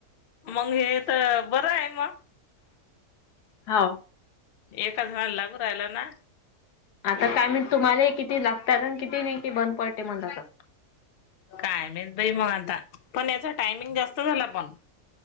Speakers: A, on the left; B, on the left.
A: मग हे तर बरं आहे मग,
B: हो
A: एकाच लागू राहिला ना,
B: आता काय म्हणे तुम्हाला किती लागतात आणि किती नाही की बंद पडतेे म्हणतात.
A: काय माहित बुआ आता पण याचा टायमिंग जास्त झाला पण,